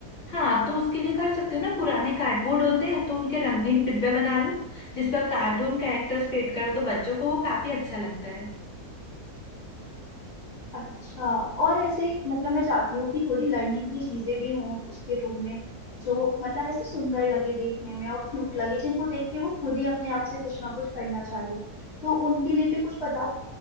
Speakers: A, on the left; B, on the left.
A: हाँ तो उसके लिए कर सकते हो ना पुराने कार्डबोर्ड होते हैं तो उनके रंगीन डिब्बे बना लो जिस पर कार्टून कैरेक्टर्स पेंट करो तो बच्चों को वो काफी अच्छा लगता है
B: अच्छा और ऐसे मतलब मैं चाहती हूँ कि थोड़ी लर्निंग की चीजें भी हों उसके रूम में जो मतलब ऐसे सुंदर लगे देखने में और क्यूट लगे जिनको देख के वो खुद ही अपने आप से कुछ ना कुछ करना चाहे तो उनके लिए भी कुछ बताओ